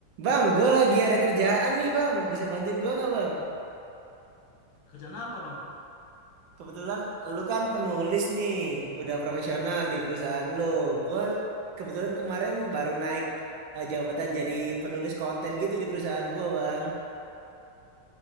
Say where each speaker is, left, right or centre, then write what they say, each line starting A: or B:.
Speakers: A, on the right (about 80°); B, on the left (about 75°).
A: Bang, gue lagi ada kerjaan nih bang. Bisa bantuin gue nggak bang?
B: Kerjaan apa, Bang?
A: Kebetulan lu kan penulis nih, udah profesional di perusahaan lu. Gue kebetulan kemarin baru naik eh, jabatan jadi penulis konten gitu di perusahaan gue bang.